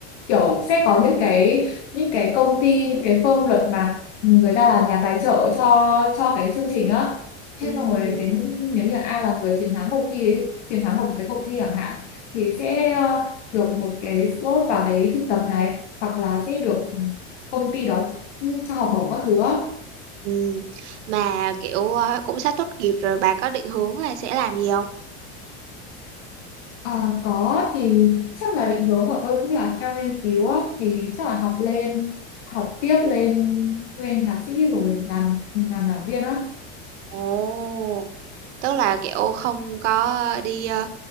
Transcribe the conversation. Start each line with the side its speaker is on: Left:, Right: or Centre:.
Left: kiểu sẽ có những cái những cái công ty những cái firm luật mà người ta là nhà tài trợ cho cho cái chương trình á
Right: Ừm,
Left: thế xong rồi đến lúc nếu như ai là người chiến thắng cuộc thi ấy, chiến thắng một cái cuộc thi chẳng hạn thì sẽ ờ, được một cái slot vào đấy thực tập này hoặc là sẽ được công ty đó ừ, cho học bổng các thứ á.
Right: ừm. Mà kiểu ờ, cũng sắp tốt nghiệp rồi bà có định hướng là sẽ làm gì không?
Left: À, có thì chắc là định hướng của tôi cũng là theo nghiên cứu á, thì chắc là học lên học tiếp lên lên thạc sĩ rồi làm làm giảng viên á
Right: Ồ, tức là, kiểu, không có đi, ơ,